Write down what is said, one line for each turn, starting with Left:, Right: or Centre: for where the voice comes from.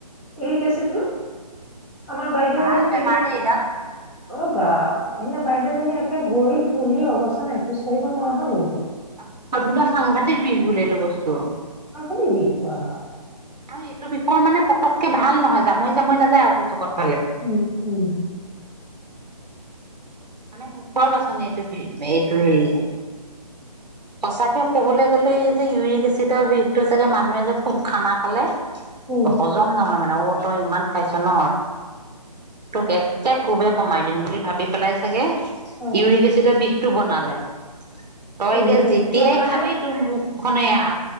Centre: এই ইওৰিক এচিডটো আমাৰ বাইদেউ
Right: ভাল
Centre: এজনী
Right: বেমাৰ দেই এইডাল
Centre: অ, বা সেইদিনা বাইদেউজনী একে ভৰি ফুলি অৱস্থা খোজ কাঢ়িব নোৱাৰা হৈ গ'লগে।
Right: আ - আপোনাৰ সাংঘাতিক বিষ বোলে। এইটো বস্তু
Centre: সাংঘাতিক বিষ বা।
Right: আৰু এইটো বিষয়ৰ মানে পটকে ভাল নহয় জামৈ - জামৈ নাযায় আকৌ জগত
Centre: উম-উম।
Right: মানে মোক <unintelligible> বাচন এইটোতেই। সঁচাকে
Centre: এই
Right: কবলৈ গ'লে এই যে ইৰিক এচিড চিতে বিষটো চাগে মানুহে যে খুব খানা খালে
Centre: উম
Right: হজম নহয় মানে অত তই ইমান খাইছ ন ৰ তোক একে কোবে কমাই দিম বুলি ভাবি পেলাই চাগে
Centre: অ
Right: ইউৰিক এচিডৰ বিষটো বনালে, তই
Centre: ইউৰিক
Right: এতিয়া যেতিয়াই
Centre: এচিডৰ কাৰণে
Right: খাবি তোৰ মুখখনে আ